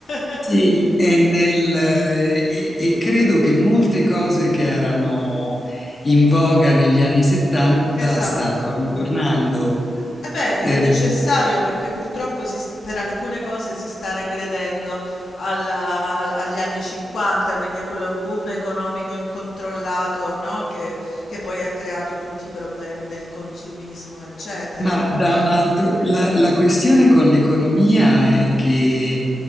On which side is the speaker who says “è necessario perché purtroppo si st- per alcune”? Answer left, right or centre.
Left